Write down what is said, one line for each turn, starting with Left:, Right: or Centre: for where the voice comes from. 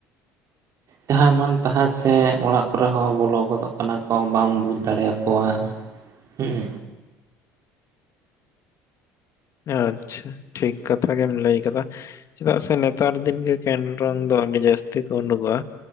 Right: ᱡᱟᱦᱟᱸ ᱢᱟᱱ ᱛᱟᱦᱟᱸ ᱥᱮ ᱚᱲᱟᱜ ᱠᱚᱨᱮ ᱦᱚᱸ ᱵᱚᱞᱚ ᱜᱚᱫᱚᱜ ᱠᱟᱱᱟ ᱠᱚ ᱵᱟᱢ ᱵᱩᱡᱽ ᱫᱟᱲᱮᱭᱟᱠᱚᱣᱟ ᱦᱮᱸ
Left: ᱟᱪᱪᱷᱟ ᱴᱷᱤᱠ ᱠᱟᱛᱷᱟ ᱜᱮᱢ ᱞᱟᱹᱭ ᱠᱟᱫᱟ ᱪᱮᱫᱟᱜ ᱥᱮ ᱱᱮᱛᱟᱨ ᱫᱤᱱ ᱜᱮ ᱠᱮᱱᱰᱨᱚᱝ ᱫᱚ ᱟᱹᱰᱤ ᱡᱟᱹᱥᱛᱤ ᱠᱚ ᱩᱰᱩᱜᱚᱜᱼᱟ